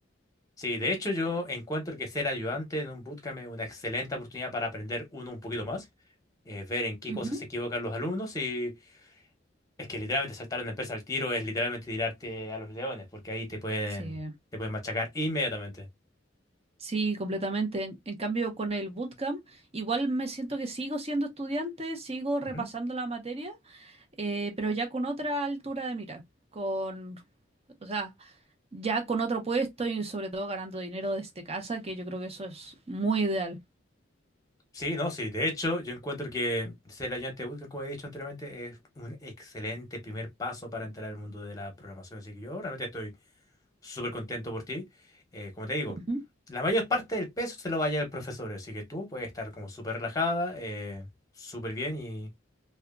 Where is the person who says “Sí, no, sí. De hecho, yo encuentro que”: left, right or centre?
Left